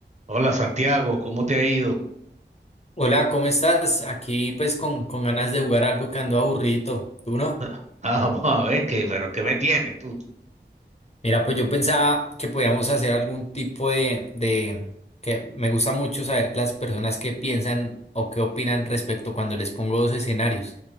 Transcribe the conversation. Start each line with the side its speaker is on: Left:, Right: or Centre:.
Right: Hola Santiago, ¿cómo te ha ido?
Left: Hola, ¿cómo estás? Aquí pues con, con ganas de jugar algo que ando aburrido. ¿Tú no?
Right: <laughs> Ah, vamos a ver qué, pero ¿qué me tienes tú?
Left: Mira, pues yo pensaba que podíamos hacer algún tipo de, de... que me gusta mucho saber las personas qué piensan o qué opinan respecto cuando les pongo dos escenarios.